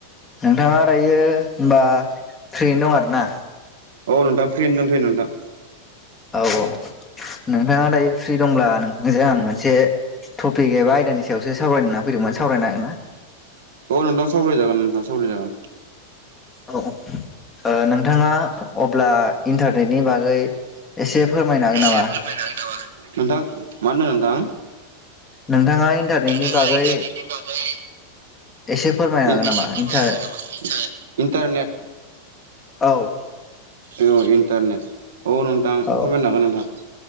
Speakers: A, on the left; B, on the right.
A: नोंथाङा दायो होनबा फ्रियैनो दं आरो ना
B: औ नोंथां फ्रियैनो दंथयो नोंथां
A: औ औ नोंथाङा दायो फ्रि दंब्ला नोंथांजों आं मोनसे थपिक एबा आयदानि सायावसो सावरायनो होनना फैदोंमोन सावरायनो हागोनना?
B: औ नोंथां सावराय जागोन नोंथां सावराय जागोन
A: औ नोंथाङा अब्ला इन्टारनेटनि बागै एसे फोरमायनो हागोन
B: एसे
A: नामा
B: फोरमायनो हागोन नामा नोंथां मा होनदों नोंथां
A: नोंथाङा इन्टारनेटनि
B: नोंथाङा
A: बागै
B: इन्टारनेटनि बागै
A: एसे फोरमायनो
B: एसे
A: हागोन नामा
B: फोरमायनो
A: इन्टार
B: हागोन नामा इन्टारनेट इन्टरनेट
A: औ
B: औ इन्टारनेट औ नोंथां फोरमायनो
A: औ
B: हागोन नोंथां